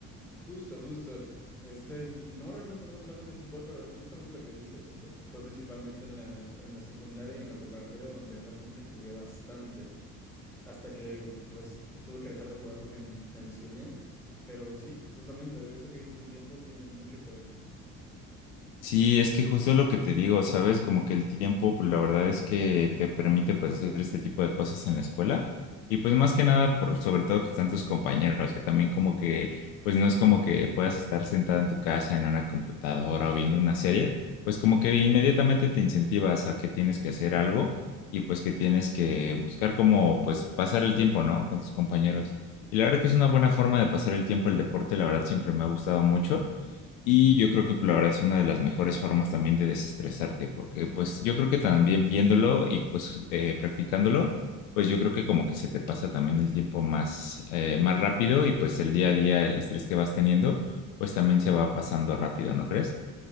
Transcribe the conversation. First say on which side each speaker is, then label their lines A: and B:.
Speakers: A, in the centre; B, on the left.
A: Justo, justo. Este, no realmente, no solamente fútbol, pero es justamente lo que dices. Eh, Fue principalmente en la, en la secundaria y en la preparatoria donde realmente jugué bastante, hasta que pues tuve que dejar de jugar porque m- me lesioné. Pero sí, justamente eso que dices del tiempo tiene mucho que ver.
B: Sí, es que justo es lo que te digo, ¿sabes? Como que el tiempo, pues la verdad es que te permite pues hacer este tipo de cosas en la escuela y pues más que nada por sobre todo que están tus compañeros, que también como que pues no es como que puedas estar sentado en tu casa en una computadora o viendo una serie, pues como que inmediatamente te incentivas a que tienes que hacer algo y pues que tienes que buscar como pues pasar el tiempo, ¿no? Con tus compañeros. Y la verdad que es una buena forma de pasar el tiempo el deporte, la verdad siempre me ha gustado mucho. Y yo creo que pues, la verdad es una de las mejores formas también de desestresarte, porque pues yo creo que también viéndolo y pues eh, practicándolo, pues yo creo que como que se te pasa también el tiempo más, eh, más rápido y pues el día a día, el estrés que vas teniendo, pues también se va pasando rápido, ¿no crees?